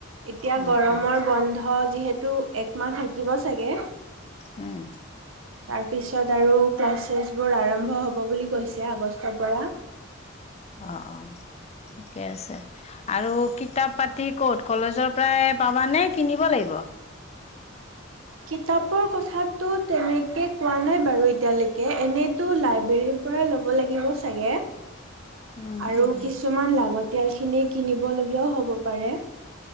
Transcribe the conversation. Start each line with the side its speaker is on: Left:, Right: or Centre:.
Right: এতিয়া
Left: উম
Right: গৰমৰ
Left: উম
Right: বন্ধ যিহেতু তোৰ একমাহ থাকিব চাগে
Left: উম
Right: তাৰ পিছত আৰু ক্লাছ চালাছবোৰ আৰম্ভ হ'ব বুলি কৈছে আগষ্টৰ পৰা
Left: অ অ ঠিকে আছে আৰু কিতাপ পাতি কত কলেজৰ পৰাই পাবা নে কিনিব লাগিব
Right: কিতাপৰ কথাতটো তেনেকে কোৱা নাই বাৰু এতিয়ালৈকে এনেতো লাইব্ৰৰীৰ পৰা ল'ব লাগিব চাগে
Left: উম
Right: আৰু
Left: উম
Right: কিছুমান লাগত তিয়ালখিনি কিনিব লগীয়াও হ'ব পাৰে